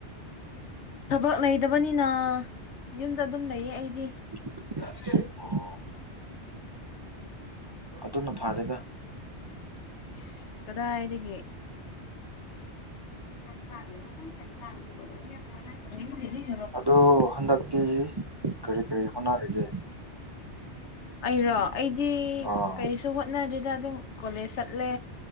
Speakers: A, on the left; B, on the right.
A: ꯊꯕꯛ ꯂꯩꯗꯕꯅꯤꯅ ꯌꯨꯝꯗ ꯑꯗꯨꯝ ꯂꯩꯌꯦ ꯑꯩꯗꯤ
B: <unintelligible> ꯑꯗꯨꯅ ꯐꯔꯦꯗ
A: ꯏꯁ ꯀꯗꯥꯏꯗꯒꯤ <unintelligible>
B: ꯑꯗꯣ ꯍꯟꯗꯛꯇꯤ ꯀꯔꯤ ꯀꯔꯤ ꯍꯣꯠꯅꯔꯤꯒꯦ
A: ꯑꯩꯔꯣ ꯑꯩꯗꯤ
B: ꯑꯥ
A: ꯀꯩꯁꯨ ꯍꯣꯠꯅꯗꯦꯗ ꯑꯗꯨꯝ ꯀꯣꯂꯦꯖ ꯆꯠꯂꯦ